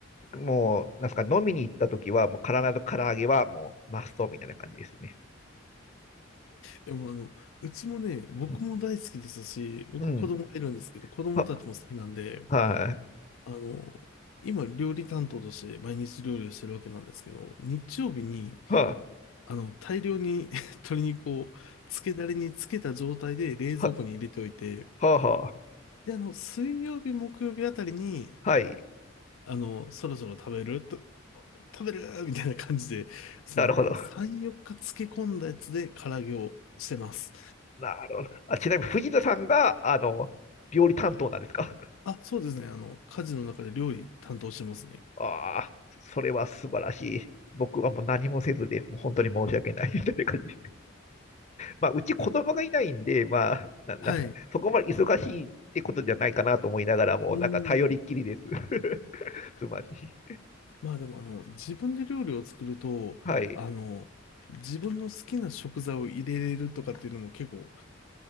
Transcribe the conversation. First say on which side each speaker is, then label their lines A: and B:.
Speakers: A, on the left; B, on the left.
A: もう、なんすか、飲みに行った時は、もう必ず唐揚げはもうマストみたいな感じですね。
B: でもあの、うちもね、僕も大好きですし、
A: うん
B: 僕子供がいるんですけど、
A: うん。
B: 子供たちも好きなんで、
A: は、はい。
B: あの、今料理担当として毎日料理をしてるわけなんですけど、日曜日に、
A: は、
B: あの、大量に <laughs> 鶏肉を漬けだれに漬けた状態で冷蔵庫に入れておいて、
A: は、は、は、
B: で、あの、水曜日、木曜日あたりに、
A: はい。
B: あの、そろそろ食べると、食べるみたいな感じで、その、
A: なるほど。
B: 3、4日漬け込んだやつで唐揚げをしてます。
A: なるほど。あ、ちなみに藤田さんが、あの、料理担当なんですか
B: あ、そうですね。あの、家事の中で料理担当してますね。
A: ああ、それは素晴らしい。僕はもう何もせずで、もう本当に申し訳ないみたいな感じで。まあ、うち子供がいないんで、まあ、な、なんか、
B: はい。
A: そこまで忙しいってことじゃないかなと思いながらも、
B: うー
A: なんか頼りっきりです。
B: ん。
A: <laughs> つまり。
B: まあでも、あの、自分で料理を作ると、
A: はい。
B: あの、自分の好きな食材を入れれるとかっていうのも結構